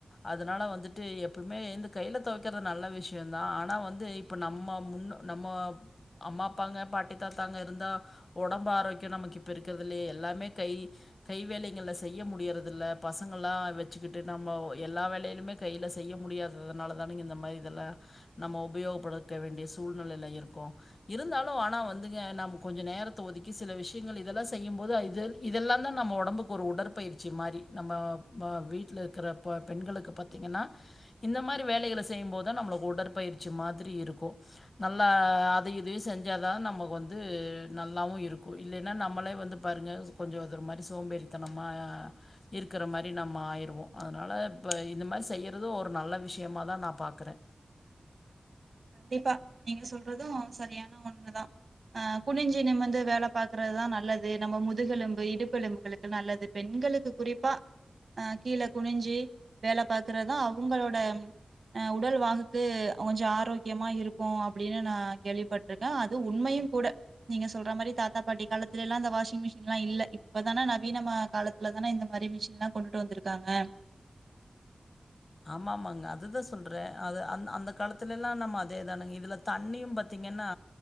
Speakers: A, on the left (about 55°); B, on the right (about 70°).
A: அதுனால வந்துட்டு எப்பமே இந்த கைல தொவக்கிறது நல்ல விஷ்யந்தா ஆனா வந்து இப்போ நம்ம முன்ன நம்மோ அம்மா அப்பாங்க பாட்டி தாத்தாங்க இருந்தா ஒடம்பு ஆரோக்கியொ நமக்கு இப்பொ இருக்கறதுல்லையே எல்லார்மே கை கை வேலைகள்ல செய்ய முடியறது இல்ல பசங்கல்லா வெச்சுக்கிட்டு நம்ம எல்லா வேலையிலுமே கையில செய்ய முடியாததுனால தானங்க இந்த மாதிரி இதுல நம்ம உபயோகப்படுத்த வேண்டிய சூழ்நெலையில இருக்கோ இருந்தாலு ஆனா வந்துங்க நம்ம கொஞ்சோ நேரத்த ஒதுக்கி சில விஷயங்கள் இதெல்லா செய்யும் போது இது இதெல்லாந்தா நம்ம ஒடம்புக்கு ஒரு உடற்பயிற்சி மாரி நம்ம ஆ வீட்ல இருக்குற பொ பெண்களுக்கு பாத்திங்கன்னா இந்த மாரி வேலைகள செய்யும்போதா நம்மளு உடற்பயிற்சி மாதிரி இருக்கு நல்லா அதையு இதையு செஞ்சாதா நமக்கு வந்து நல்லாவு இருக்கு இல்லேன்னா நம்மளே வந்து பாருங்க கொஞ்சோ அது ஒரு மாரி சோம்பேறித்தனமா இருக்கிற மாரி நம ஆயிடுவோ அதனால இப்ப இந்த மாரி செய்யறத ஒரு நல்ல விஷயமா தா நா பாக்கறே
B: ப்பா நீங்க சொல்றதும் சரியான ஒண்ணுதா அ குனிஞ்சு நிமுந்து வேல பாக்குறதுதா நல்லது நம்ம முதுகெலும்பு இடுப்பெலும்புகளுக்கு நல்லது பெண்களுக்கு குறிப்பா அ கீழே குனிஞ்சு வேல பாக்குறதா அவுங்களோட அ உடல் வாகுக்கு கொஞ்சோ ஆரோக் த்தியமா இருக்கூ அப்டினு நா கேள்விப்பட்ருக்கே அது உண்மையும் கூட நீங்க சொல்ற மாரி தாத்தா பாட்டி காலத்துலெல்லா இந்த வாஷிங் மிஷின்லா இல்ல இப்பதான நவீனமா காலத்துலதான இந்த மாரி மிஷின்ல்லா கொண்டுட்டு வந்துருக்காங்க
A: ஆமா ஆமாங்க அததா சொல்றே அது அந் அந்த காலத்துலெல்லா நம்ம அதே தானங்க இதுல தண்ணியு பாத்தீங்கன்னா